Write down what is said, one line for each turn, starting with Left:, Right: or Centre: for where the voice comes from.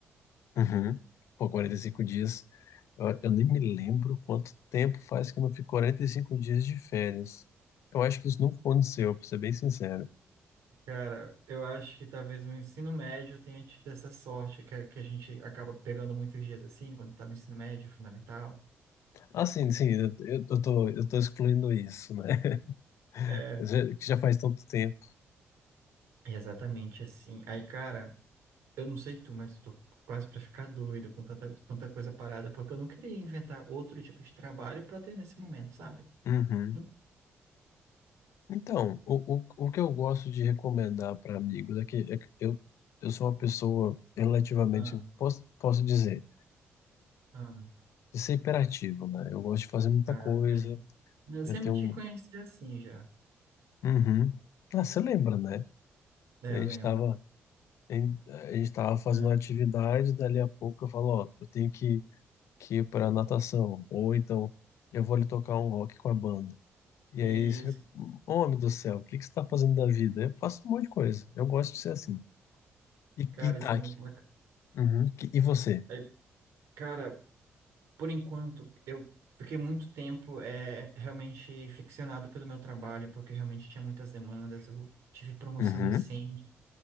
Left: Uhum. Pô, 45 dias. Eu, eu nem me lembro quanto tempo faz que eu não fico 45 dias de férias. Eu acho que isso nunca aconteceu, pra ser bem sincero.
Right: Cara, eu acho que talvez no ensino médio eu tenha tido essa sorte, que, a- que a gente acaba pegando muitos dias assim, quando tá no ensino médio, fundamental.
Left: Ah, sim, sim, eu, eu eu tô, eu tô excluindo isso, né?
Right: É,
Left: <laughs> Já- Que já faz tanto tempo.
Right: é exatamente assim. Aí, cara. Eu não sei tu, mas eu tô quase pra ficar doido com tanta, tanta coisa parada, porque eu não queria inventar outro tipo de trabalho pra ter nesse momento, sabe?
Left: Uhum.
Right: Não
Left: Então, o, o, o que eu gosto de recomendar para amigos é que, é que eu, eu sou uma pessoa relativamente,
Right: Ah,
Left: posso, posso dizer,
Right: ah,
Left: de ser hiperativo, né? Eu gosto de fazer muita
Right: ah,
Left: coisa,
Right: imagina. Eu
Left: eu
Right: sempre
Left: tenho
Right: te
Left: um.
Right: conheci assim já.
Left: Uhum. Ah, você lembra, né?
Right: É,
Left: A
Right: eu
Left: gente
Right: lembro.
Left: estava a gente estava fazendo
Right: Ah,
Left: uma atividade, dali a pouco eu falo, ó, eu tenho que, que ir para natação, ou então eu vou lhe tocar um rock com a banda. E
Right: e,
Left: aí, você
Right: esse-
Left: fica, homem do céu, o que que você está fazendo da vida? Eu faço um monte de coisa, eu gosto de ser assim. E,
Right: cara,
Left: e tá
Right: isso é muito bacana.
Left: Uhum. Que- E você?
Right: Aí, cara, por enquanto, eu fiquei muito tempo é, realmente ficcionado pelo meu trabalho, porque realmente tinha muitas demandas. Eu tive promoção
Left: Uhum.
Right: recente.